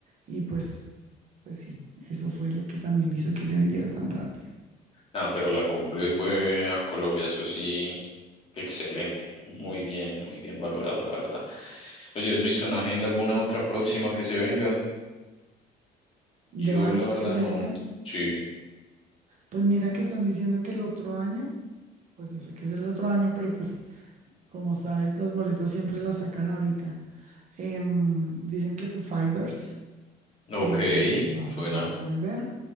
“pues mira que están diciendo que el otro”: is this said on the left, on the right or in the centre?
Right